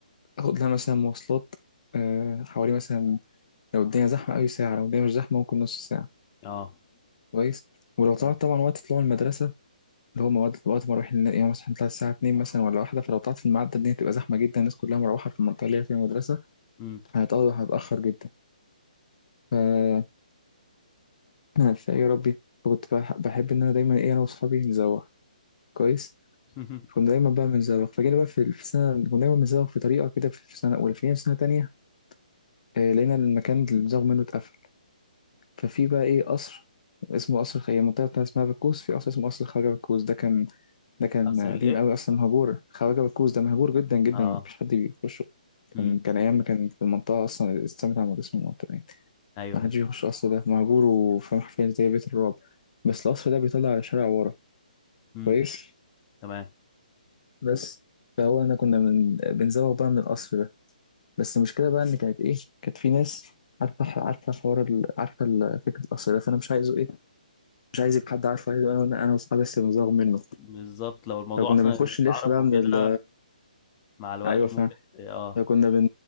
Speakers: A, on the left; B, on the left.
A: اخد لها مثلا مواصلات آه، حوالي مثلا لو الدنيا زحمه قوي ساعه لو الدنيا مش زحمه ممكن نص ساعه
B: اه
A: كويس ولو
B: تمام
A: طلعت طبعا وقت طلوع المدرسه اللي هو مواد وقت ما اروح النا- يعني مثلا هنطلع الساعه 2 مثلا ولا واحده فلو طلعت في الميعاد ده الدنيا تبقى زحمه جدا الناس كلها مروحه في المنطقه اللي هي فيها المدرسه
B: امم
A: فهتقعد هتاخر جدا ف <laughs> فيا ربي كنت بح- بحب ان انا دايما ايه انا واصحابي نزوغ كويس
B: <laughs>
A: كنت دايما بقى بنزوغ فجينا بقى في في سنة كنا دايما بنزوغ في طريقة كده في في سنة أولى فجينا في سنة تانية آه، لقينا المكان اللي بنزوغ منه اتقفل ففي بقى إيه قصر اسمه قصر خ- هي المنطقة بتاعتها اسمها بكوس في قصر اسمه قصر خواجة بكوس ده كان ده كان
B: قصر الايه
A: قديم قوي أصلا مهجور خواجة بكوس ده مهجور جدا جدا
B: اه
A: مفيش حد بيخشه
B: امم
A: كان كان أيام ما كان في المنطقة أصلا السمت عمود اسم المنطقة يعني
B: ايوه
A: ما
B: ايوه
A: حدش بيخش القصر ده مهجور وفاهم حرفيا زي بيت الرعب بس القصر ده بيطلع على شارع ورا
B: امم
A: كويس
B: تمام
A: بس فهو أنا كنا من بنزوغ بقى من القصر ده. بس المشكله بقى ان كانت ايه كانت في ناس عارفه عارفه حوار ال- عارفه ال- فكره القصر ده فانا مش عايزه ايه مش عايز يبقى حد عارفه عايز انا انا واصحابي بس بنزاغ منه
B: بالظبط لو الموضوع
A: فكنا
B: اصلا
A: بنخش نلف
B: اتعرف
A: بقى
B: وكده
A: من ال...
B: مع الوقت
A: ايوه
B: ممكن
A: فاهم
B: ت- اه
A: فكنا بن